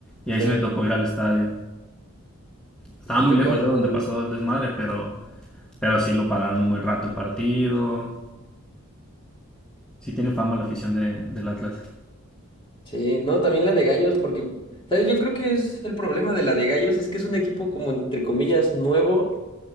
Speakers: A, in the centre; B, on the left.
A: Y
B: Sí.
A: ahí sí me tocó ir al estadio. Estaba
B: Y te
A: muy
B: tocó
A: lejos
B: ahí
A: yo
B: todo
A: donde pasó
B: el-
A: el desmadre, pero, pero sí lo pararon un buen rato el partido. Sí tiene fama la afición de, del Atlas.
B: Sí, no, también la de Gallos, porque, ¿sabes? Yo creo que es el problema de la de Gallos, es que es un equipo como entre comillas nuevo